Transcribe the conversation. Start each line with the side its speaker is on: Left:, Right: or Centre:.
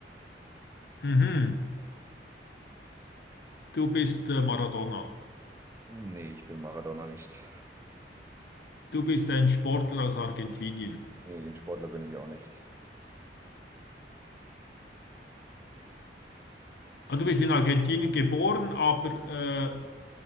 Left: Mhm. Du bist äh, Maradona.
Right: Nee, ich bin Maradona nicht.
Left: Du bist ein Sportler aus Argentinien.
Right: Nee, ein Sportler bin ich auch nicht.
Left: Ah, Du bist in Argentinien geboren, aber äh,